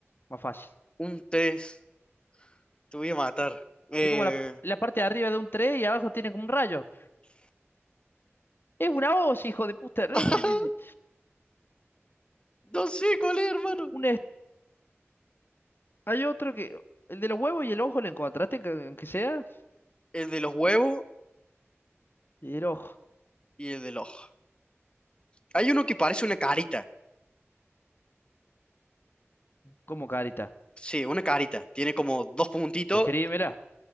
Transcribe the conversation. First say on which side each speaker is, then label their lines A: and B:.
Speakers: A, on the left; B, on the left.
A: Más fácil.
B: Un tres. Te voy a matar. Eh,
A: Es como la, la parte de arriba de un 3 y abajo tiene como un rayo. Es una hoz, hijo de puta, no
B: <laughs>
A: es muy difícil.
B: no sé cuál es, hermano.
A: Un est- hay otro que. El de los huevos y el ojo, ¿le encontraste, que- aunque sea?
B: El de los huevos
A: Y el ojo.
B: y el del ojo. Hay uno que parece una carita.
A: ¿Cómo carita?
B: Sí, una carita. Tiene como dos puntitos.
A: Describímela.